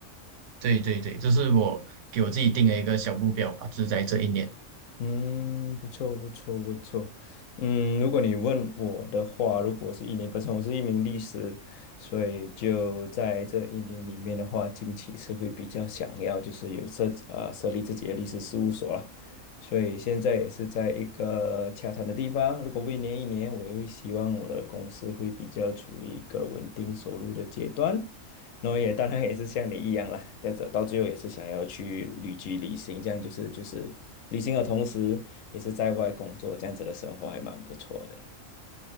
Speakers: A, on the right; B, on the left.
A: 对对对，这是我给我自己定的一个小目标吧，就是在这一年。
B: 嗯，不错，不错，不错。嗯，如果你问我的话，如果是一年，本身我是一名律师，所以就在这一年里面的话，近期是会比较想要就是有设啊、设立自己的律师事务所了。所以现在也是在一个洽谈的地方。如果未年一年，我也会希望我的公司会比较处于一个稳定收入的阶段，那我也当然也是像你一样啦，但是到最后也是想要去旅居旅行，这样就是就是旅行的同时也是在外工作，这样子的生活还蛮不错的。